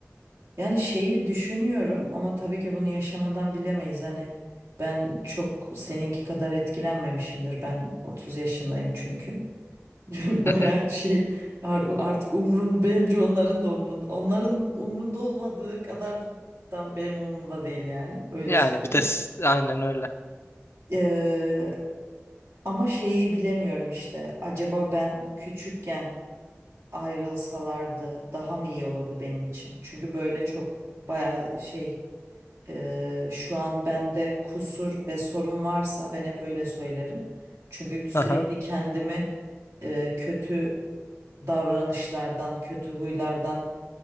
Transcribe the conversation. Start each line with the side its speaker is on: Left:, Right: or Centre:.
Right: Yani şeyi düşünüyorum ama tabii ki bunu yaşamadan bilemeyiz. Hani ben çok seninki kadar etkilenmemişimdir. Ben 30 yaşındayım çünkü. <laughs> Baya
Left: Hı hı.
Right: şey ar- artık umrum bence onların da umrunda. Onların umrunda olmadığı kadar da benim umurumda değil yani. Öyle
Left: Yani
Right: söyleyeyim.
Left: bir de s- aynen öyle.
Right: Ee, ama şeyi bilemiyorum işte. Acaba ben küçükken ayrılsalardı daha mı iyi olurdu benim için? Çünkü böyle çok baya şey e, şu an bende kusur ve sorun varsa ben hep öyle söylerim. Çünkü sürekli
Left: Hı hı.
Right: kendimi e, kötü davranışlardan, kötü huylardan